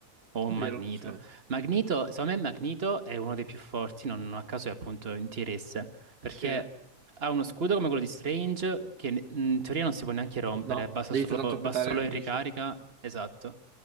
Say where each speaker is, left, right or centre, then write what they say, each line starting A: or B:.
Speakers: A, on the right; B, on the right.
A: o un
B: Vero,
A: Magneto.
B: sì.
A: Magneto, secondo me Magneto è uno dei più forti, non a caso è appunto in tier S, perché
B: Sì.
A: ha uno scudo come quello di Strange che in teoria non si può neanche rompere,
B: No,
A: basta
B: devi
A: solo,
B: soltanto aspettare
A: va solo
B: che finisce.
A: in ricarica, esatto.